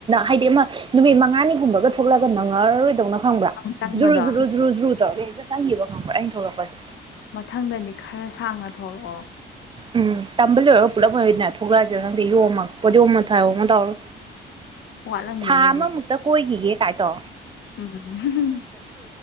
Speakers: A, on the right (about 25°); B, on the left (about 70°).
A: ꯍꯥꯏꯗꯤ ꯑꯃ ꯅꯨꯃꯤꯠ ꯃꯉꯥꯅꯤꯒꯨꯝꯕꯒ ꯊꯣꯛꯂꯛꯒ ꯅꯪꯉꯔꯣꯏꯗꯧꯅ ꯈꯪꯕ꯭ꯔꯥ
B: ꯑꯃꯨꯛ ꯆꯪꯕꯗꯣ
A: ꯖꯨꯔꯨ ꯖꯨꯔꯨ ꯖꯨꯔꯨ ꯖꯨꯔꯨ ꯇꯧꯔꯒ ꯍꯦꯛꯇ ꯆꯪꯈꯤꯕ ꯈꯪꯕ꯭ꯔꯥ ꯑꯩꯅ ꯊꯣꯛꯂꯛꯄꯁꯦ
B: ꯃꯊꯪꯗꯗꯤ ꯈꯔ ꯁꯥꯡꯅ ꯊꯣꯛꯂꯛꯑꯣ
A: ꯎꯝ ꯇꯥꯝꯕꯜ ꯂꯣꯏꯔꯒ ꯄꯨꯂꯞ ꯑꯣꯏꯔꯅꯤꯅ ꯊꯣꯛꯂꯛꯑꯦ ꯅꯪꯗꯤ ꯌꯣꯝꯒ ꯄꯣꯗꯤꯣꯝꯅ ꯊꯥꯏꯔꯣ ꯑꯃ ꯇꯧꯔꯣ
B: ꯋꯥꯠꯂꯝꯒꯅꯤ
A: ꯊꯥ ꯑꯃꯃꯨꯛꯇ
B: ꯑꯗꯨꯗꯤ
A: ꯀꯣꯏꯈꯤꯒꯦ ꯀꯥꯏꯗꯣ
B: ꯎꯝ